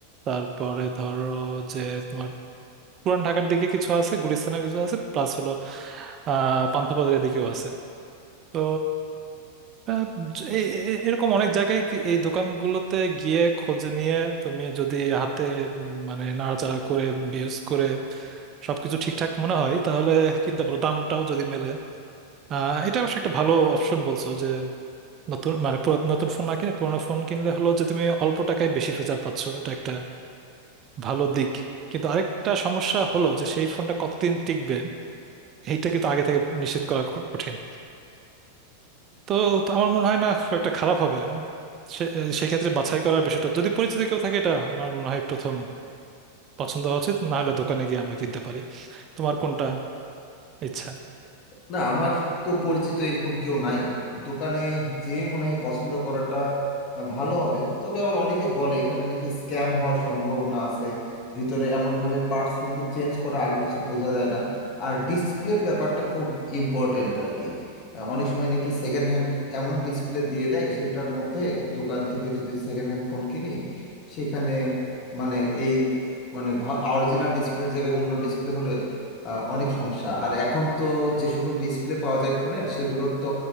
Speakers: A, on the right; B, on the left.
A: তারপরে ধরো যে তোমার পুরান ঢাকার দিকে কিছু আছে গুলিস্তানে কিছু আছে প্লাস হলো আহ পান্থপথের দিকেও আছে তো আহ, জ- এ- এ- এরকম অনেক জায়গায় কি- এই দোকানগুলোতে গিয়ে খোঁজ নিয়ে তুমি যদি হাতে উম, মানে নাড়াচাড়া করে ইউজ করে সবকিছু ঠিকঠাক মনে হয় তাহলে কিনতে পারো দামটাও যদি মেলে আহ এটা অবশ্য একটা ভালো অপশন বলছো যে নতুন মানে পুরা- নতুন ফোন না কিনে পুরোনো ফোন কিনলে হলো যে তুমি অল্প টাকায় বেশি ফিচার পাচ্ছ এটা একটা ভালো দিক কিন্তু আরেকটা সমস্যা হলো যে সেই ফোনটা কতদিন টিকবে এইটা কিন্তু আগে থেকে নিশ্চিত করা ক- কঠিন তো তো আমার মনে হয় না খুব একটা খারাপ হবে সে- সেক্ষেত্রে বাছাই করার বিষয়টা যদি পরিচিত কেউ থাকে এটা আমার মনে হয় প্রথম পছন্দ হওয়া উচিত না হলে দোকানে গিয়ে আমরা কিনতে পারি তোমার কোনটা ইচ্ছা
B: না আমার তো পরিচিত এরকম কেউ নাই দোকানে যে মনে হয় পছন্দ করাটা আহ, ভালো হবে তবে আবার অনেকে বলে এখানে নাকি স্ক্যাম হওয়ার সম্ভাবনা আছে ভিতরে এমনভাবে পার্টস নাকি চেঞ্জ করা আগে কিছু বোঝা যায় না আর ডিসপ্লের ব্যাপারটা খুব ইম্পর্ট্যান্ট আর কি আহ, অনেক সময় নাকি সেকেন্ড হ্যান্ড এমন ডিসপ্লে দিয়ে দেয় সেটার মধ্যে দোকান থেকে যদি সেকেন্ড হ্যান্ড ফোন কিনি সেখানে মানে এই মানে অরিজিনাল ডিসপ্লের জায়গায় অন্য ডিসপ্লে হলে আহ, অনেক সমস্যা আর এখন তো যে সকল ডিসপ্লে পাওয়া যায় ফোনের সেগুলোর তো